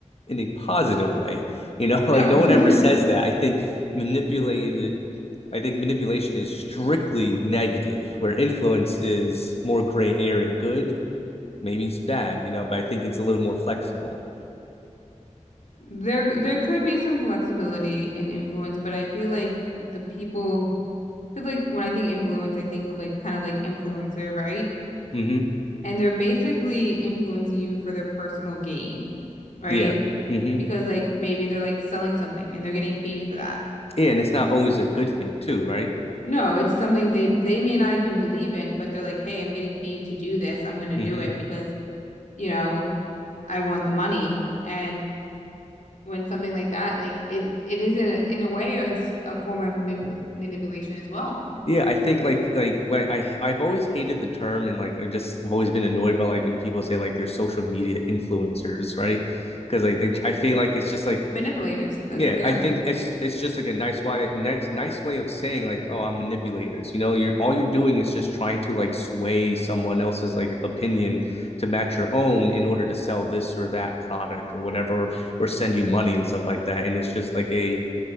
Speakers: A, on the left; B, on the left.
A: in a positive way. You know, <laughs> like
B: No.
A: no one
B: <laughs>
A: ever says that. I think manipulated. I think manipulation is strictly negative, where influence is more gray area. Good, maybe it's bad. You know, but I think it's a little more flexible.
B: There there could be some flexibility in influence, but I feel like the people because like when I think influence, I think of like kind of like influencer, right?
A: hmm
B: And they're basically influencing you for their personal gain, right?
A: Yeah. hmm
B: Because like maybe they're like selling something and they're getting paid for that.
A: Yeah, and it's not always a good thing too, right?
B: No, it's something they they may not even believe in, but they're like, "Hey, I'm getting paid to do this. I'm gonna
A: hmm
B: do it because, you know, I want the money." And when something like that, like it, it is in a, in a way a, s- a form of manip manipulation as well.
A: Yeah, I think like like when I I've always hated the term and like I've just I've always been annoyed by like when people say like they're social media influencers, right? Because like they, I feel like it's just like
B: They're manipulators. That's
A: yeah,
B: what they
A: I
B: are.
A: think it's it's just like a nice way nice nice way of saying like oh I'm manipulators, you know you're all you're doing is just trying to like sway someone else's like opinion to match your own in order to sell this or that product or whatever or send you money and stuff like that, and it's just like a